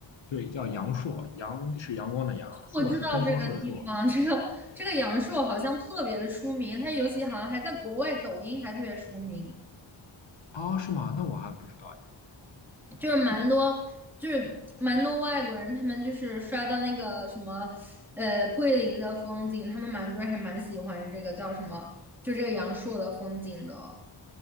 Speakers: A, on the left; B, in the centre.
A: 对，叫阳朔，阳是阳光的阳，朔是东方朔的朔。
B: 我知道这个地方，这个这个阳朔好像特别的出名，它尤其好像还在国外抖音还特别出名，
A: 啊，是吗？那我还不知道哎。
B: 就是蛮多就是蛮多外国人，他们就是刷到那个什么呃桂林的风景，他们蛮多人还蛮喜欢这个叫什么，就这个阳朔的风景的。